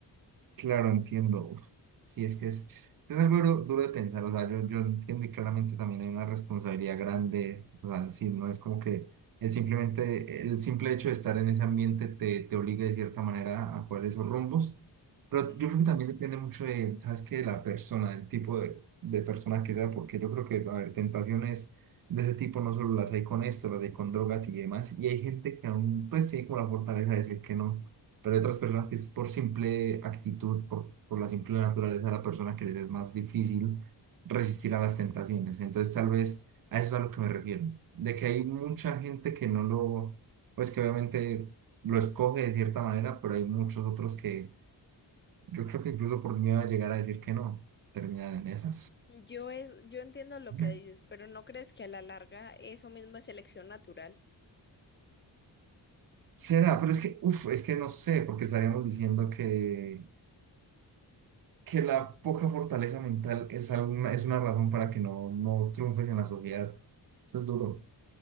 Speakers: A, on the right; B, on the left.
A: Claro, entiendo. Uf, Sí, es que es, es algo duro, duro de pensar. O sea, yo, yo entiendo y claramente también hay una responsabilidad grande. O sea, sí, no es como que el simplemente, el simple hecho de estar en ese ambiente te, te obligue de cierta manera a poder esos rumbos. Pero
B: Ujú.
A: yo creo que también depende mucho de, ¿sabes qué? De la persona, el tipo de, de persona que sea, porque yo creo que, a ver, tentaciones de ese tipo no solo las hay con esto, las hay con drogas y demás. Y hay gente que aún, pues, tiene como la fortaleza de decir que no. Pero hay otras personas que es por simple actitud, por, por la simple naturaleza de la persona que les es más difícil resistir a las tentaciones. Entonces, tal vez a eso es a lo que me refiero, de que hay mucha gente que no lo, pues que obviamente lo escoge de cierta manera, pero hay muchos otros que yo creo que incluso por miedo a llegar a decir que no, terminan en esas.
B: Yo, es, yo entiendo lo
A: <laughs>
B: que dices, pero ¿no crees que a la larga eso mismo es selección natural?
A: Será, pero es que, uff, es que no sé, porque estaríamos diciendo que que la poca fortaleza mental es, alguna, es una razón para que no, no triunfes en la sociedad. Eso es duro.